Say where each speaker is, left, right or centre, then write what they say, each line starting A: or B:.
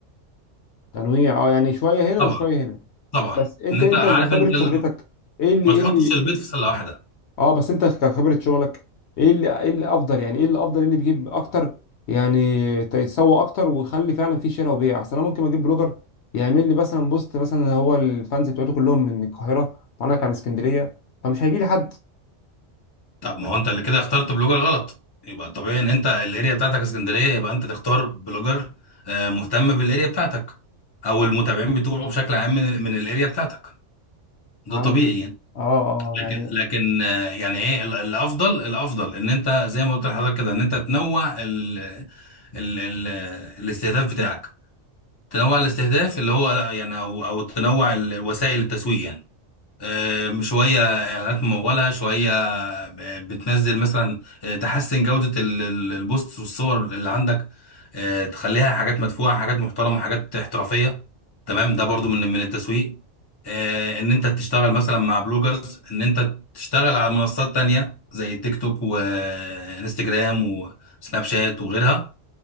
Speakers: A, on the left; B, on the left.
A: تنويع اه يعني شويه هنا
B: طبعا
A: وشويه هنا
B: طبعا
A: بس انت
B: ان انت
A: انت
B: عارف
A: خبره
B: انت ال...
A: شغلتك ايه اللي
B: ما
A: ايه
B: تحطش
A: اللي
B: البيض في سله واحده
A: اه بس انت كخبرة شغلك ايه اللي ايه اللي افضل يعني ايه اللي افضل ايه اللي بيجيب اكتر يعني تسوق اكتر ويخلي فعلا في شراء وبيع احسن انا ممكن اجيب بلوجر يعمل لي مثلا بوست مثلا هو الفانز بتوعته كلهم من القاهرة وانا كان من اسكندرية فمش هيجي لي حد
B: طب ما هو انت اللي كده اخترت بلوجر غلط يبقى الطبيعي ان انت الاريا بتاعتك اسكندريه يبقى انت تختار بلوجر آه، مهتم بالاريا بتاعتك او المتابعين بتوعه بشكل عام من ال... من الاريا بتاعتك ده
A: فهمت
B: طبيعي يعني.
A: اه اه
B: لكن
A: يعني
B: لكن آه، يعني ايه ال- الافضل الافضل ان انت زي ما قلت لحضرتك كده ان انت تنوع ال ال ال الاستهداف بتاعك تنوع الاستهداف اللي هو لا يعني او او تنوع ال- الوسائل التسويق يعني آم، شوية إعلانات ممولة شوية آه، بتنزل مثلا آه، تحسن جودة ال- ال- البوست والصور اللي عندك آه، تخليها حاجات مدفوعة حاجات محترمة حاجات احترافية تمام ده برضو من من التسويق آه، إن أنت تشتغل مثلا مع بلوجرز إن أنت تشتغل على منصات تانية زي تيك توك وإنستجرام وسناب شات وغيرها